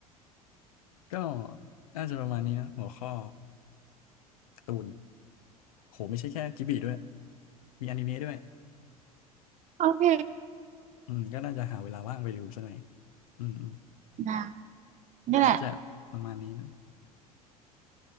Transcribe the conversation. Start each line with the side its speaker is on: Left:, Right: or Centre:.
Left: ก็น่าจะประมาณนี้นะหัวข้อการ์ตูนโหไม่ใช่แค่จิบลิด้วยมีอนิเมะด้วย
Right: โอเค
Left: อืมก็น่าจะหาเวลาว่างไปดูซะหน่อยอืมอืม
Right: ได้นี่แหละ
Left: น่าจะประมาณนี้นะ